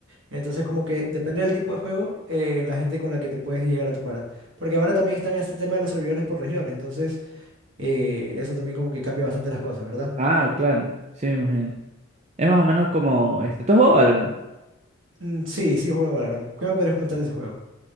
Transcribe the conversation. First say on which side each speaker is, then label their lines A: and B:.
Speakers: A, on the right (about 65°); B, on the right (about 35°).
A: Entonces, como que depende del tipo de juego, eh, la gente con la que te puedes llegar a topar. Porque ahora también está en este tema de los servidores por regiones, entonces eh, eso también como que cambia bastante las cosas, ¿verdad?
B: Ah, claro, sí, me imagino. Es más o menos como este, tú has jugado Valorant,
A: Mm, sí, sí, juego Valorant. ¿Qué me podrías comentar de ese juego?